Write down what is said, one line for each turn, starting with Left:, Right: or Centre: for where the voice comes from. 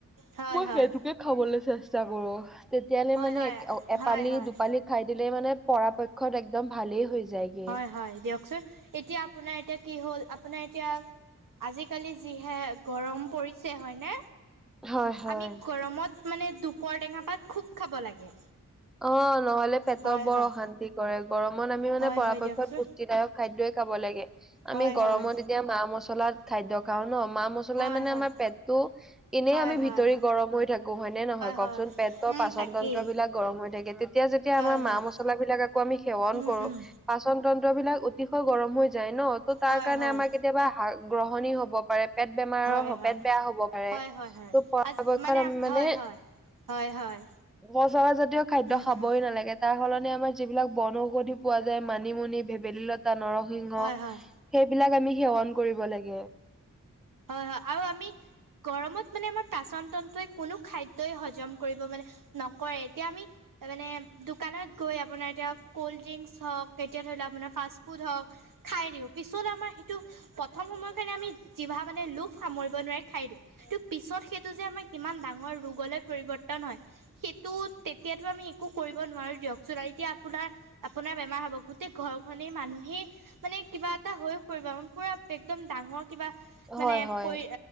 Right: হয়,
Centre: মই
Right: হয়।
Centre: সেইটোকে খাবলৈ চেষ্টা কৰো। তেতিয়ালৈ
Right: হয়
Centre: মানে
Right: হয়
Centre: এপালি
Right: হয় হয়
Centre: দুপালি খাই দিলে মানে পৰাপক্ষত একদম ভালেই হৈ যায়গে
Right: হয়, হয় দিয়কচোন! এতিয়া আপোনাৰ এতিয়া কি হ'ল আপোনাৰ এতিয়া আজিকালি যিহে গৰম পৰিছে হয়নে?
Centre: হয় হয়
Right: আমি গৰমত মানে দুপৰ টেঙা পাত খুব খাব লাগে।
Centre: অ', নহ'লে পেটৰ
Right: হয়
Centre: বৰ
Right: হয়
Centre: অশান্তি কৰে। গৰমত আমি মানে
Right: হয়
Centre: পৰাপক্ষত
Right: হয় দিয়কচোন
Centre: পুষ্টিদায়ক খাদ্যই খাব লাগে।
Right: হয়
Centre: আমি গৰমত
Right: হয়
Centre: এতিয়া মা মছলা খাদ্য খাওঁ ন, মা মছলা
Right: হয়
Centre: মানে
Right: হয়
Centre: আমাৰ পেটটো এনেই
Right: হয়
Centre: আমি
Right: হয়
Centre: ভিতৰি গৰম হৈ থাকো হয় নে নহয়
Right: হয়
Centre: কওকচোন পেটৰ
Right: উম
Centre: পাচন
Right: তাকেই
Centre: তন্ত্ৰবলাক গৰম হৈ থাকে। তেতিয়া যেতিয়া
Right: হয়
Centre: আমাৰ
Right: হয়
Centre: মা মছলাবিলাক আকৌ আমি সেৱন
Right: উম
Centre: কৰো।
Right: উম
Centre: বাচন তন্ত্ৰবিলাক অতিশয় গৰম হৈ যায় ন। ত' তাৰ
Right: হয়
Centre: কাৰণে
Right: হয়
Centre: আমাৰ কেতিয়াবা গ্ৰহণী হ'ব পাৰে। পেট বেমাৰৰ
Right: হয় হয়
Centre: পেট বেয়া হ'ব পাৰে।
Right: হয় হয় হয়
Centre: ত' পৰাপক্ষত
Right: আজ
Centre: আমি মানে
Right: হয় হয় হয় হয়
Centre: সচৰাজাতীয় খাদ্য
Right: উম
Centre: খাবই
Right: উম
Centre: নালাগে। তাৰ সলনি আমাৰ যিবিলাক বন ঔষধি পোৱা যায় মানিমুনি, ভেবেলী লতা, নৰসিংহ
Right: হয় হয়
Centre: সেইবিলাক আমি সেৱন কৰিব লাগে।
Right: হয়, হয়, আৰু আমি গৰমত মানে আমাৰ পাচন তন্ত্ৰয়ে কোনো খাদ্যি হজম কৰিব মানে নকৰে, এতিয়া আমি মানে দোকানত গৈ আপোনাৰ এতিয়া কল্ড ড্ৰিংকচ হওঁক। তেতিয়া ধৰি লওঁ আপোনাৰ ফাষ্ট ফুড হওঁক খাই দিওঁ। পিছত আমাৰ সেইটো প্ৰথম সময় কাৰণে আমি জিভা মানে লোভ সামৰিব নোৱাৰে খাই দিওঁ। কিন্তু পিছত সেইটো যে আমাৰ কিমান ডাঙৰ ৰোগলৈ পৰিৱৰ্তন হয়। সেইটো তেতিয়াতো আমি একো কৰিব নোৱাৰো দিয়কচোন আৰু এতিয়া আপোনাৰ আপোনাৰ বেমাৰ হ'ব গোটেই ঘৰখনে মানুহেই মানে কিবা টা হৈ পৰিব মী পুৰা একদম ডাঙৰ কিবা মানে
Centre: হয় হয়
Right: পৰি